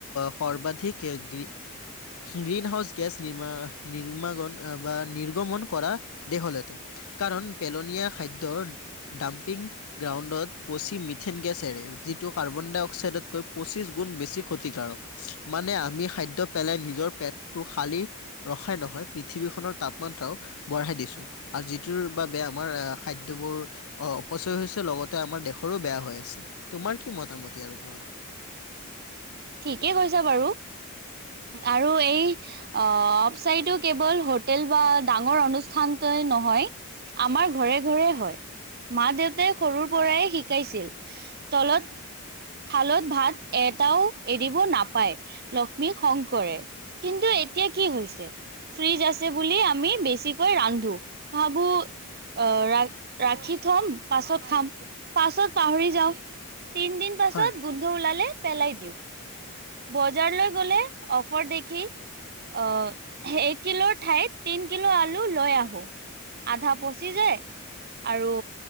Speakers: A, on the left; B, on the right.
A: সৰ্বাধিক গ্ৰী- গ্ৰীন হাউচ- গেছ নিমা নিৰ্মাগন বা নিৰ্গমন কৰা দেশ হ'ল হেঁতেন। কাৰণ পেলনীয়া খাদ্যৰ ডাম্পিং- গ্ৰাউণ্ডত পচি মিথেন গেছ এৰে যিটো কাৰ্বন ডাই অক্সাইডতকৈ পঁচিছ গুণ বেছি ক্ষতিকাৰক। মানে আমি খাদ্য পেলাই নিজৰ পেটটো খালি- ৰখাই নহয় পৃথিৱীখনৰ তাপমাত্ৰাও বঢ়াই দিছো আৰু যিটোৰ বাবে আমাৰ আহ- খাদ্যবোৰ অপচয় হৈছে লগতে আমাৰ দেশৰো বেয়া হৈ আছে। তোমাৰ কি মতামত ইয়াৰ ওপৰত?
B: ঠিকেই কৈছা বাৰু আৰু এই- আহ অফচাইদটো কেৱল হোটেল বা ডাঙৰ অনুষ্ঠানটোয়ে নহয়- আমাৰ ঘৰে ঘৰে হয়। মা -দেউতাই সৰুৰ পৰাই শিকাইছিল। তলত থালত ভাত এটাও- এৰিব নাপায় লক্ষ্মী খং কৰে। কিন্তু এতিয়া কি হৈছে? ফ্ৰিজ আছে বুলি আমি বেছিকৈ ৰান্ধো। ভাবো- আহ ৰা ৰাখি থম পাছত খাম, পাছত পাহৰি যাওঁ। তিন দিন পাছত
A: হয়
B: গোন্ধ ওলালে পেলাই দিওঁ। বজাৰলৈ গলে অফাৰ দেখি- আহ এক কিলোৰ ঠাইত তিন কিলো আলু লৈ আহো। আধা পচি যায় আৰু